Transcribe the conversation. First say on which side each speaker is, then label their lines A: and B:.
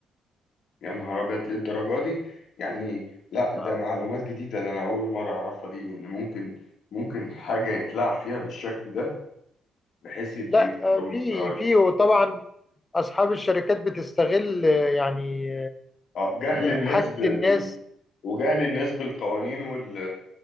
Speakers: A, on the left; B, on the left.
A: يا نهار أبيض ليه الدرجة دي؟ يعني لا ده
B: آه،
A: معلومات جديدة ده أنا أول مرة أعرفها دي إن ممكن ممكن حاجة يتلعب فيها بالشكل ده بحيث يت-
B: لا
A: يتقربوا
B: آه، في
A: من الضرايب.
B: في وطبعا اصحاب الشركات بتستغل آه، يعني
A: أه جهل
B: آه،
A: الناس
B: حاجة
A: ب... بال...
B: الناس
A: وجهل الناس بالقوانين وال...